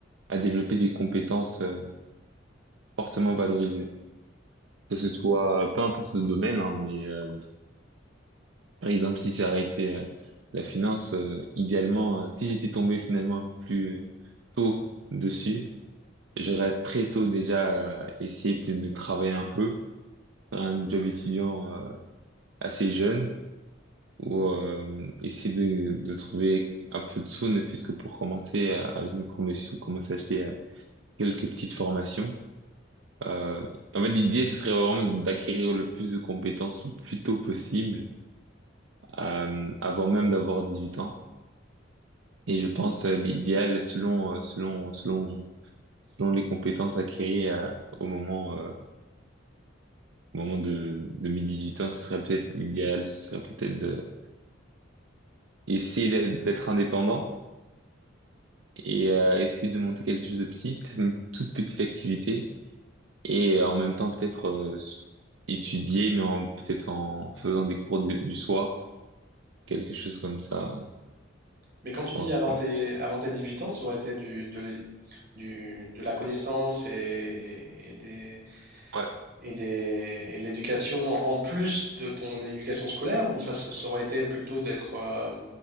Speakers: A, on the right; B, on the right.
A: à développer des compétences euh, fortement valorisées. Que ce soit, peu importe le domaine, hein, mais euh, par exemple, si ça aurait été euh, la finance, euh, idéalement, euh, si j'étais tombé finalement un peu plus tôt dessus, j'aurais très tôt déjà euh, essayé peut-être de travailler un peu, faire un job étudiant euh, assez jeune, ou euh, essayer de, de trouver un peu de sous, ne fût-ce que pour commencer euh, avec une promotion, commencer à acheter euh, quelques petites formations Euh, en fait, l'idée, ce serait vraiment d'acquérir le plus de compétences le plus tôt possible, euh, avant même d'avoir 18 ans. Et je pense euh, l'idéal, selon, euh, selon, selon, selon les compétences acquises euh, au moment, euh, au moment de, de mes 18 ans, ce serait peut-être l'idéal, ce serait peut-être de essayer d'être d'être indépendant et euh, essayer de monter quelque chose de petit, peut-être une toute petite activité, et euh, en même temps peut-être euh, étudier, mais en peut-être en faisant des cours du du soir quelque chose comme ça,
B: Mais quand
A: je
B: tu
A: pense.
B: dis avant
A: Ouais,
B: tes, avant tes 18 ans, ça aurait été du, de, l'é- du- de la connaissance et, et des,
A: Ouais.
B: et des, et de l'éducation en plus de ton éducation scolaire, ou ça, s- ça aurait été plutôt d'être euh,